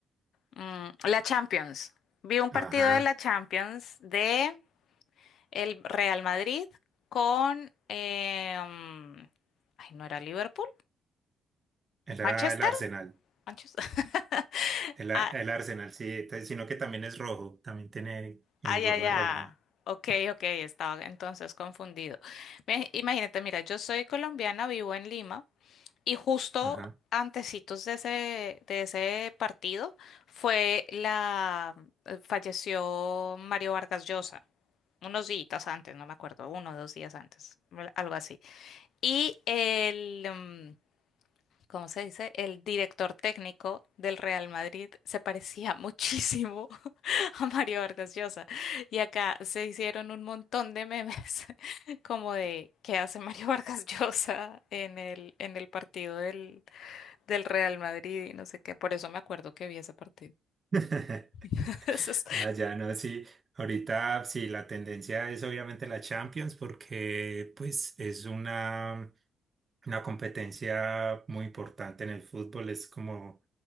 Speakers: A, on the left; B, on the right.
A: Mm, la Champions. Vi un partido
B: Ajá,
A: de la Champions de el Real Madrid con... em, Ay, ¿no era Liverpool?
B: era
A: ¿Manchester?
B: el Arsenal.
A: ¿Manchester? <laughs>
B: El, a-
A: Ah,
B: el Arsenal, sí, t- sino que también es rojo, también tiene uniforme
A: ay, ya
B: rojo.
A: ay. Ok, ok, estaba entonces confundido. Me- Imagínate, mira, yo soy colombiana, vivo en Lima. Y justo
B: Ajá.
A: antecitos de ese, de ese partido fue la, eh, falleció Mario Vargas Llosa, unos días antes, no me acuerdo, uno o dos días antes, al- algo así. Y el, mm, ¿cómo se dice? El director técnico del Real Madrid se parecía muchísimo <laughs> a Mario Vargas Llosa. Y acá se hicieron un montón de memes <laughs> como de qué hace Mario Vargas Llosa en el, en el partido del del Real Madrid y no sé qué. Por eso me acuerdo que vi ese partido.
B: <laughs>
A: <laughs> Eso es-
B: Ah, ya no, sí. Ahorita sí, la tendencia es obviamente la Champions porque pues es una, una competencia muy importante en el fútbol. Es como